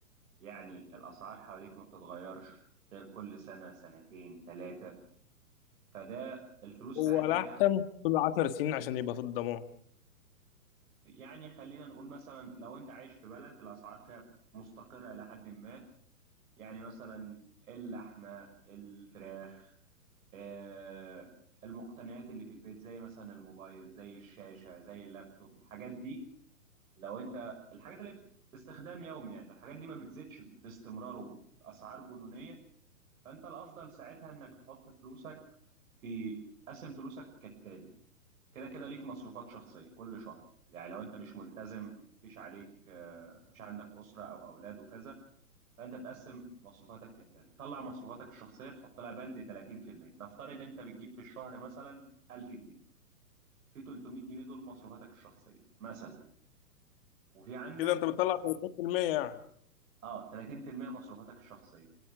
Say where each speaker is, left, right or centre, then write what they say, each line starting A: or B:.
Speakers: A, on the right (about 60°); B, on the left (about 35°).
A: يعني الأسعار حواليك ما بتتغيرش غير كل سنة سنتين ثلاثة فده الفلوس
B: هو
A: ساعتها
B: الأحسن
A: ليها
B: كل 10 سنين عشان يبقى في الضمان
A: يعني خلينا نقول مثلا لو انت عايش في بلد الأسعار فيها مستقرة إلى حد ما يعني مثلا اللحمة الفراخ آه، المقتنيات اللي في البيت زي مثلا الموبايل زي الشاشة زي اللابتوب الحاجات دي لو انت الحاجات اللي باستخدام يومي يعني لو الحاجات دي ما بتزيدش باستمرار وباسعار جنونيه فانت الافضل ساعتها انك تحط فلوسك في قسم فلوسك كالتالي كده كده ليك مصروفات شخصيه كل شهر يعني لو انت مش ملتزم مفيش عليك آه، مش عندك اسره او اولاد وكذا فانت تقسم مصروفاتك كالتالي طلع مصروفاتك الشخصيه تحط لها بند 30% نفترض انت بتجيب في الشهر مثلا 1000 جنيه في 300 جنيه دول مصروفاتك الشخصيه مثلا وفي عندك
B: كده انت بتطلع 30% يعني
A: اه 30% مصروفاتك الشخصيه